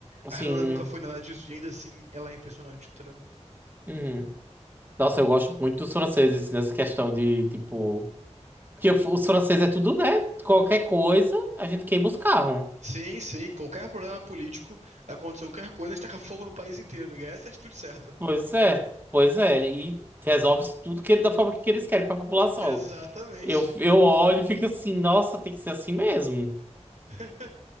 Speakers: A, on the right; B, on the right.
A: A
B: Sim.
A: Irlanda nunca foi nada disso, e ainda assim ela é impressionante, entendeu?
B: Uhum. Nossa, eu gosto muito dos franceses nessa questão de, tipo. Porque os franceses é tudo, né? Qualquer coisa, a gente queima os carros.
A: Sim, sim, qualquer problema político, aconteceu qualquer coisa, a gente taca fogo no país inteiro, e essa é a atitude certa.
B: Pois é, pois é. E resolve tudo que, da forma que eles querem para a população.
A: Exatamente.
B: Eu, eu olho e fico assim, nossa, tem que ser assim mesmo.
A: <laughs>